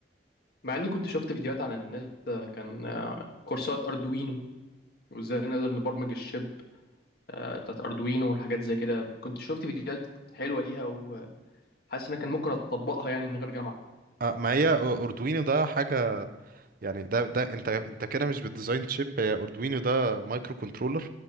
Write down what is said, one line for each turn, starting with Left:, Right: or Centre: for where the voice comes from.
Left: مع اني كنت شفت فيديوهات على النت آه، كان آه، كورسات اردوينو وازاي نقدر نبرمج الشيب آه، بتاعت اردوينو والحاجات زي كده كنت شفت فيديوهات حلوة ليها وحاسس ان كان ممكن اطبقها يعني من غير جامعة
Right: اه ما هي أر- اردوينو ده حاجة يعني ده ده انت انت كده مش بالديزاين تشيب هي اردوينو ده مايكرو كنترولر